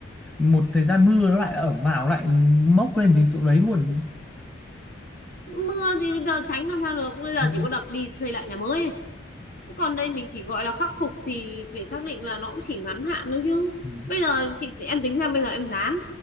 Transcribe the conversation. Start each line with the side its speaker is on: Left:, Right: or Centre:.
Centre: một thời gian mưa nó lại ẩm vào nó lại mốc lên trên chỗ đấy luôn
Left: mưa thì bây giờ tránh làm sao được bây giờ
Centre: Ừ.
Left: chỉ có đập đi xây lại nhà mới ấy. Thế còn đây mình chỉ gọi là khắc phục thì phải xác định là nó cũng chỉ ngắn hạn thôi chứ
Centre: Ừ.
Left: bây giờ chị em tính xem bây giờ em dán